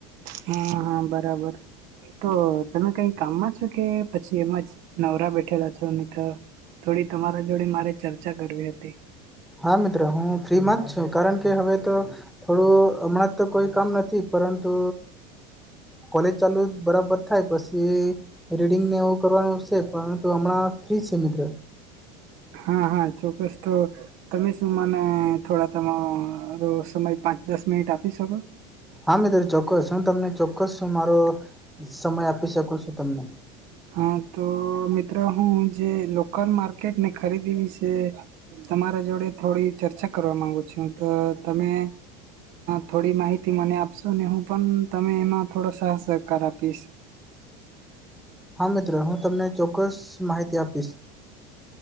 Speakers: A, on the right; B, in the centre.
A: હા હા બરાબર તો તમે કઈ કામમાં છો કે પછી એમાં જ નવરા બેઠેલા છો, તો થોડી તમારા જોડે મારે ચર્ચા કરવી હતી.
B: હા મિત્રો હુ ફ્રીમાં જ છુ, કારણ કે હવે તો થોડું હમણાં તો કોઈ કામ નથી પરતુ કોલેજ ચાલુ બરાબર થાય પછી રીડિંગ ને એવુ કરવાનું છે, પરતુ હમણા ફ્રી છે મિત્ર
A: હા હા ચોક્કસ તો તમે શું માના થોડા તમે રો સમય પાંચ દસ મિનિટ આપી શકો
B: હા મિત્ર ચોક્કસ હુ તમને ચોક્કસ મારો સમય આપી શકુ છુ, તમને
A: હા તો મિત્રો હુ, જે લોકલ માર્કેટ ને ખરીદીવી છે. તમારા જોડે થોડી ચર્ચા કરવા માંગુ છુ, હતો તમે થોડી માહિતી મને આપ સું ને હું પણ તમે એમાં થોડો સાહસ સહકાર આપીશ
B: હા મિત્ર હું તમને ચોક્કસ માહિતી આપીશ